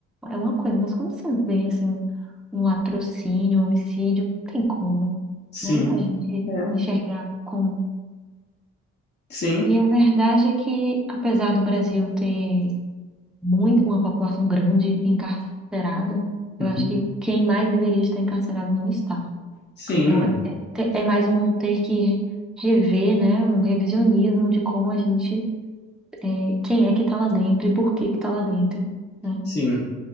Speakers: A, in the centre; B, on the left.
A: é uma coisa, mas quando você vê assim um um latrocínio, um homicídio, não tem como,
B: Sim.
A: né? A gente
B: É.
A: enxergar com.
B: Sim.
A: E a verdade é que, apesar do Brasil ter muito, uma população grande encarcerada, eu
B: Uhum.
A: acho que quem mais deveria estar encarcerado não está.
B: Sim.
A: Então é, é, te- é mais um ter que re- rever, né? Um revisionismo de como a gente, é, quem é que está lá dentro e por que que está lá dentro, né?
B: Sim.